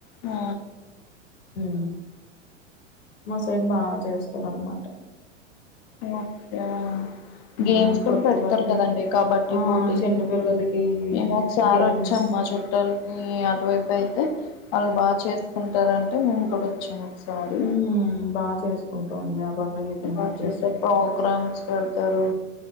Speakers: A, on the left; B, on the left.
A: హా
B: ఆ మా సైడ్ బా చేస్తారు అన్మాట
A: ఓకే
B: ఉమ్,
A: గేమ్స్ కూడ
B: కొత్త
A: పెడ్తారు
B: బట్టలు
A: కదండి కబడ్డీ
B: ఆ
A: పోటీలు
B: చిన్నపిల్లలకి
A: మేము ఒకసారి
B: గేమ్స్
A: వచ్చామం మా చుట్టాల్కీ అటువైపైతే ఆళ్ళు బాగా చేస్కూంటారంటే మేము కూడొచ్చాము ఒ స్కారీ
B: ఉమ్, బాగా చేసుకుంటాం అండి ఆ పండుగ అయితే
A: బా
B: మాత్రం
A: చూసే ప్రోగ్రామ్స్ పెడ్తరూ